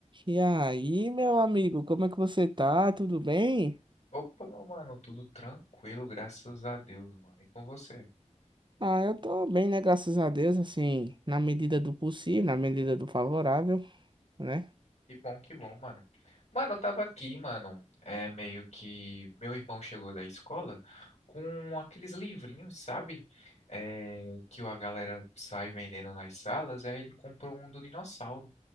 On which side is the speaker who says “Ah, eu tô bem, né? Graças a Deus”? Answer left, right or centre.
Right